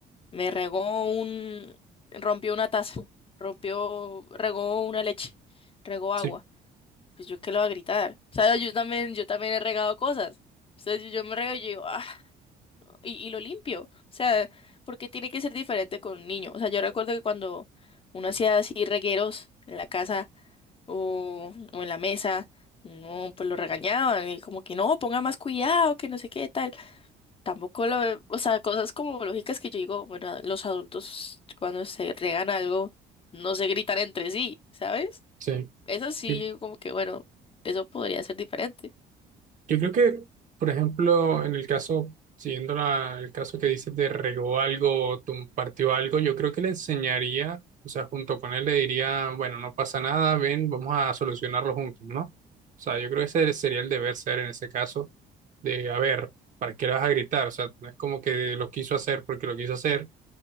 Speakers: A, on the left; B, on the right.
A: me regó un, rompió una taza, rompió, regó una leche, regó agua.
B: sí,
A: Pues yo qué lo voy a gritar. O sea, yo también, yo también he regado cosas. Entonces yo me rego y yo digo, ah, y, y lo limpio. O sea, porque tiene que ser diferente con un niño. O sea, yo recuerdo que cuando uno hacía así regueros en la casa o, o en la mesa, no, pues lo regañaban y como que no, ponga más cuidado, que no sé qué tal. Tampoco lo ve- o sea, cosas como lógicas que yo digo, bueno, los adultos cuando se regan algo no se gritan entre sí, ¿sabes?
B: sí.
A: Eso sí,
B: Yo,
A: yo digo como que, bueno, eso podría ser diferente.
B: yo creo que, por ejemplo, en el caso, siguiendo la- el caso que dices de regó algo, tum- partió algo, yo creo que le enseñaría, o sea, junto con él le diría, bueno, no pasa nada, ven, vamos a solucionarlo juntos, ¿no? O sea, yo creo que ese sería el deber ser en ese caso, de, a ver, ¿para qué le vas a gritar? O sea, no es como que lo quiso hacer porque lo quiso hacer